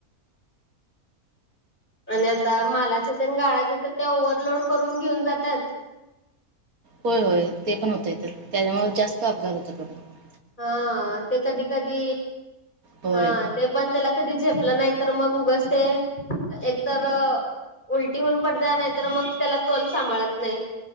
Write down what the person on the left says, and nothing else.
आणि आता मालाच्या तेन गाळ्या <unintelligible> जातात <unintelligible> ते ओव्हर लोड करून घेऊन जात्यात
हा ते कधी कधी
हा ते पण त्याला कधी झेपलं नाही तर मग उगच ते एकतर उलटी होऊन पडत्या नाही तर मग त्याला तोल सांभाळत नाही